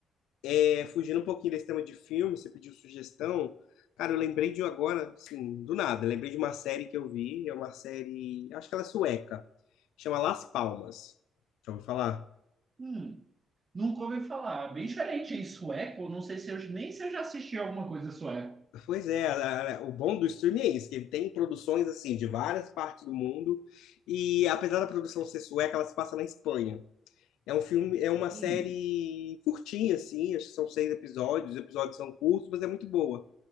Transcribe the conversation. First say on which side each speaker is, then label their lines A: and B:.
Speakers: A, on the left; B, on the right.
A: É, fugindo um pouquinho desse tema de filme, você pediu sugestão. Cara, eu lembrei de um agora, assim, do nada. Lembrei de uma série que eu vi, é uma série, acho que ela é sueca, chama Las Palmas. Já ouviu falar?
B: Hum. Nunca ouvi falar. Bem diferente, em sueco, não sei se eu nem se eu já assisti alguma coisa sueco.
A: Pois é, a- a- o bom do streaming é isso, que ele tem produções, assim, de várias partes do mundo, e apesar da produção ser sueca, ela se passa na Espanha. É um filme, é uma série
B: Hum.
A: curtinha, assim, acho que são seis episódios, os episódios são curtos, mas é muito boa.